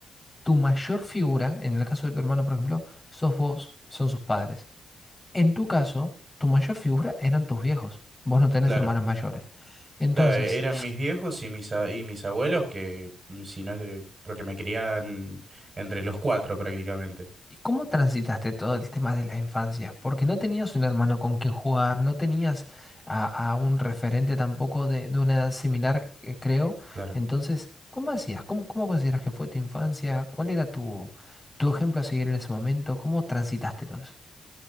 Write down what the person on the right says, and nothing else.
claro.
Claro, e, eran mis viejos y mis, a- y mis abuelos que, mm, si no es de- porque me criaban entre los cuatro prácticamente.
Claro.